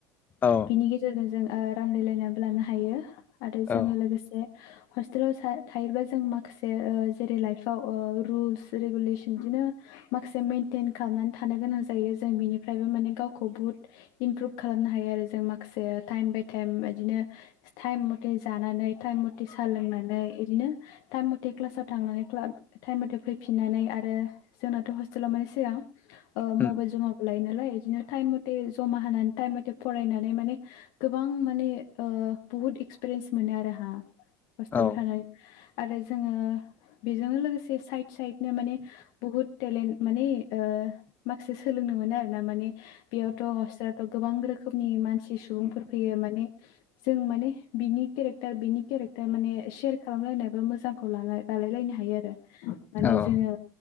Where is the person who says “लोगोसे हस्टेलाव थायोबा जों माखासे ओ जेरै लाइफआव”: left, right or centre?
Left